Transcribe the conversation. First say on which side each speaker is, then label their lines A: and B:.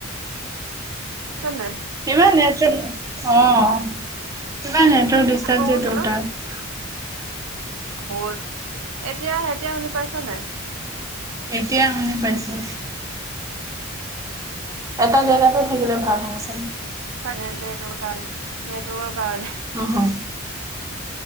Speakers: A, on the right (about 75°); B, on the right (about 15°).
A: আছেন নাই।
B: ইমান নেটৱৰ্ক, অ', ইমান নেটৱৰ্ক
A: আজি বহুত
B: দিয়ে টোৰ
A: ন
B: তাত।
A: বহুত, এতিয়া এতিয়া শুনি পাইছঁন নাই।
B: এতিয়া শুনি পাইছোঁ। এটা জেগাতে থাকিলে ভাল আহেচোন।
A: নেট কাৰনে, নেটৱৰ্ক কাৰনে।
B: নহওঁ।